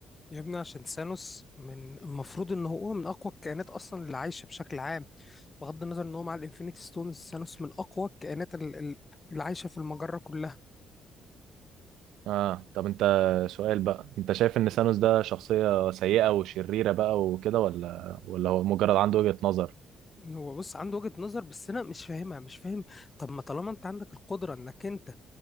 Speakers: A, on the left (about 25°); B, on the right (about 85°).
A: يا ابني عشان ثانوس من المفروض ان هو من اقوى الكائنات اصلا اللي عايشة بشكل عام بغض النظر ان هو مع الانفينيتي ستونز ثانوس من اقوى الكائنات ال- ال- اللي عايشة في المجرة كلها
B: آه طب أنت سؤال بقى أنت شايف إن سانوس ده شخصية سيئة وشريرة بقى وكده ولا ولا هو مجرد عنده وجهة نظر
A: هو بص عنده وجهة نظر بس انا مش فاهمها مش فاهم طب ما طالما انت عندك القدرة انك انت